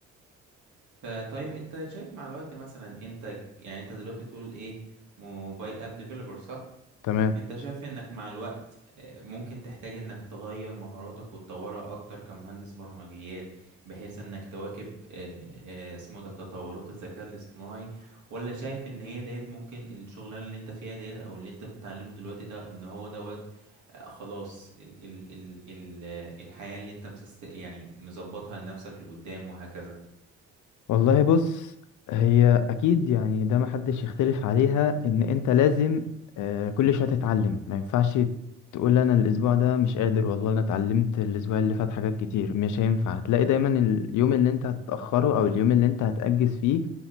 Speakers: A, on the right (about 75°); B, on the left (about 75°).
A: فطيب انت شايف مع الوقت مثلا انت يعني انت دلوقتي بتقول ايه موبايل اب ديفلوبر صح
B: تمام
A: انت شايف انك مع الوقت آه، ممكن تحتاج انك تغير مهاراتك وتطورها اكتر كمهندس برمجيات بحيث انك تواكب آه، آه، اسمه ده تطورات الذكاء الاصطناعي ولا شايف ان هي ديت ممكن الشغلانة اللي انت فيها ديت او اللي انت بتتعلمه دلوقتي ده ان هو دوت آه، خلاص ال ال ال ال آه، الحياة اللي انت مسست يعني مظبطها لنفسك لقدام وهكذا
B: والله بص هي اكيد يعني ده محدش يختلف عليها ان انت لازم آه، كل شويه تتعلم ما ينفعش تقول انا الاسبوع ده مش قادر والله انا اتعلمت الاسبوع اللي فات حاجات كتير مش هينفع هتلاقي دايما اليوم اللي انت هتاخره او اليوم اللي انت هتاجز فيه